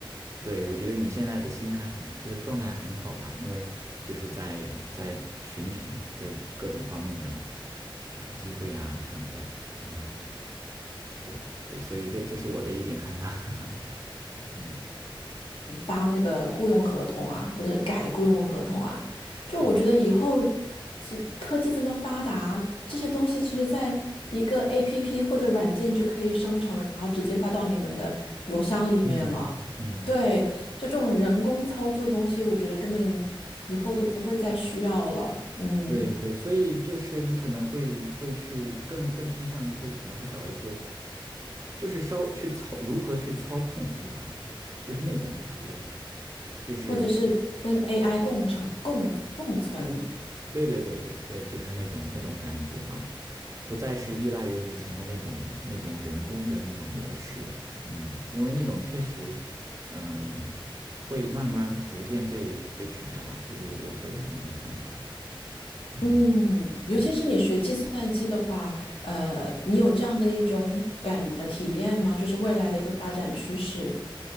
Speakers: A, on the right; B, on the left.
A: 对，我觉得你现在的心态很就是状态很好吧，因为就是在在寻求嘛，这各种方面的就是机会啊什么的。嗯。对，我，所以这这是我的一点看法。<laughs> 嗯
B: 发那个雇佣合同啊，或者是改雇佣合同啊。就我觉得以后
A: 嗯
B: 这科技这么发达，这些东西其实在一个 APP 或者软件就可以生成，然后直接发到你们的邮箱里面了。
A: 嗯嗯嗯，嗯，
B: 对，就这种人工操作的东西，我觉得根本以后都不会再需要了。嗯，
A: 对对，所以就是你可能会会去更更倾向于会可能会找一些，就是稍去操如何去操控 AI，就是那种职位，就是
B: 或者是跟 AI 共成、共共存。
A: 对对对对对，就是那种那种感觉吧，不再是依赖于以前的那种那种人工的那种模式，嗯，因为那种确实，嗯，会慢慢逐渐被被取代吧，这是我我个人的一种看法，
B: 嗯，
A: 嗯，
B: 尤其是你学计算机的话，
A: 对。
B: 呃，你有这样的一种感，呃，体验吗？就是未来的一个发展趋势。